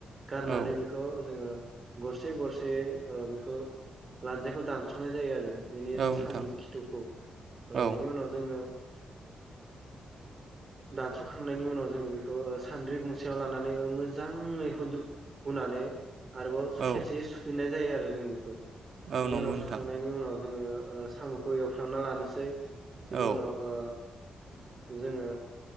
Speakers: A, on the right; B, on the right.
A: गारनानै
B: औ
A: बेखौ जोङो। गरसे गरसेयै ओ बेखौ लानजायखौ दानस'नाय जायो आरो। बेनि
B: औ नोंथां
A: साम'नि खिथौखौ ओ
B: औ
A: बिनि उनाव जोङो दानस' खांनायनि उनाव जोङो बेखौ सानद्रि गंसेयाव लानानै मोजाङै हुद हुनानै आरोबाव
B: औ
A: खेबसे सुफिननाय जायो आरो जों बेखौ बेनि
B: औ नंगौ
A: उनाव
B: नोंथां
A: सुखांनायनि उनाव जोङो ओ साम'खौ एवफ्रामना लानोसै। बिनि
B: औ
A: उनाव ओ जोङो